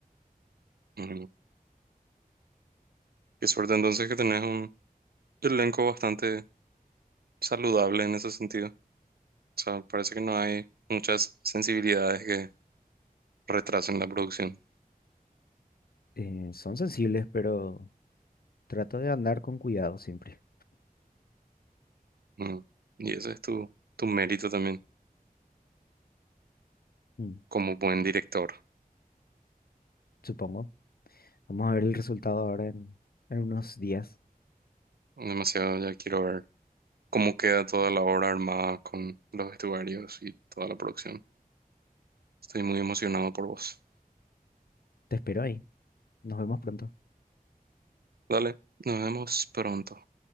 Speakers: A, on the right; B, on the left.
A: Ujú. Qué suerte entonces que tenés un elenco bastante saludable en ese sentido. O sea, parece que no hay muchas sensibilidades que retrasen la producción.
B: Eh, son sensibles, pero trato de andar con cuidado siempre.
A: Mm. Y ese es tu, tu mérito también
B: Mm,
A: como buen director.
B: supongo. Vamos a ver el resultado ahora en, en unos días.
A: Demasiado ya quiero ver cómo queda toda la obra armada con los vestuarios y toda la producción. Estoy muy emocionado por vos.
B: Te espero ahí. Nos vemos pronto.
A: Dale, nos vemos pronto